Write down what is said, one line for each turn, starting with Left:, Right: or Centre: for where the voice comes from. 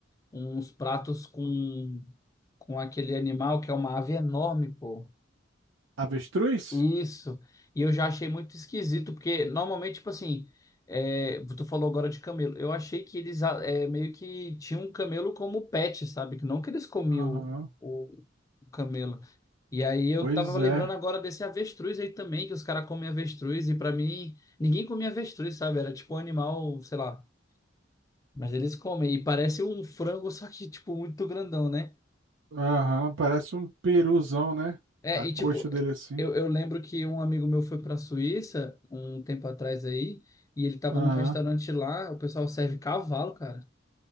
Left: uns pratos com, com aquele animal que é uma ave enorme, pô.
Right: Avestruz?
Left: Isso. E eu já achei muito esquisito, porque normalmente, tipo assim, é, tu falou agora de camelo. Eu achei que eles ah, é, meio que tinham um camelo como pet, sabe? Que não que eles comiam
Right: Aham.
Left: o, o camelo. E aí eu
Right: Pois
Left: tava
Right: é.
Left: lembrando agora desse avestruz aí também, que os caras comem avestruz, e pra mim, ninguém comia avestruz, sabe? Era tipo um animal, sei lá. Mas eles comem. E parece um frango, <laughs> só que, tipo, muito grandão, né?
Right: Aham, parece um peruzão, né?
Left: É,
Right: A
Left: e
Right: coxa
Left: tipo,
Right: dele assim.
Left: eu, eu lembro que um amigo meu foi pra Suíça um tempo atrás aí, e ele tava
Right: Aham.
Left: num restaurante lá, o pessoal serve cavalo, cara.